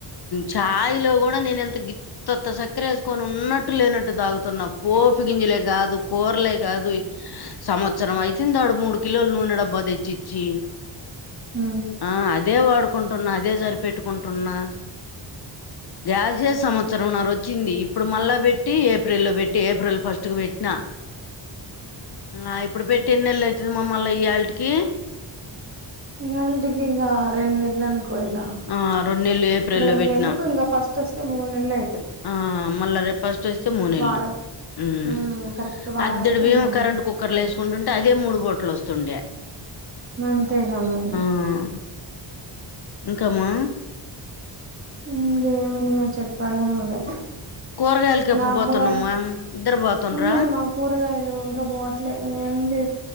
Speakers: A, on the left; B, on the right.
A: ఛాయిలో కూడా నేనెంత గ <unintelligible> ఉత్తఉత్త సక్కరేస్కొని ఉన్నట్టు లేనట్టు తాగుతున్నా పోపి గింజలే కాదు కూరలే కాదు సంవత్సరం అయితుంది ఆడు మూడు కిలోలు నూనె డబ్బా తెచ్చిచ్చి
B: ఉ
A: ఆ అదే వాడుకుంటున్నా అదే సరిపెట్టుకుంటున్నా గ్యాసే సంవత్సరంన్నార ఓచ్చింది ఇప్పుడు మళ్ళా పెట్టి ఏప్రిల్లో పెట్టి ఏప్రిల్ ఫస్ట్కు పెట్టినా ఆ ఇప్పుడు పెట్టి ఎన్నేలైతాది మమ్మల్లియాళ్ట్కి
B: ఇయాళ్టికి ఇగ రెండ్నేలనుకోయిగా
A: ఆ రెండు నెలలు ఏప్రిల్లో
B: రెండేందుకు
A: పెట్టినా
B: ఇంగ ఫస్ట్ ఆస్తే మూనెళ్లె
A: ఆ మళ్ళా రేపు ఫస్ట్ వస్తే మూడు నెలు
B: వారం
A: ఉమ్
B: మ్మ్ కరెక్ట్ వారం
A: అదుడు
B: అయితే
A: బియ్యం
B: మూడు
A: కరెంట్
B: నెలలు
A: కుక్కర్ లో వేసుకుంటుంటే అదే మూడు పోట్లు వస్తుండే
B: అంతేగా మరి
A: ఆమ్ ఇంకామ్మా
B: ఇంకేమనా మాకు చెప్పాల నువ్వే
A: కూరగాయలకి
B: ఇంగా
A: ఎప్పుడు
B: అమ్మగాడు
A: పోతున్నామ్మా ఇద్దరు పోతునుర్రా
B: ఉన్నాయి మా కూరగాయలు ఇంకా పోట్లే ఏముంది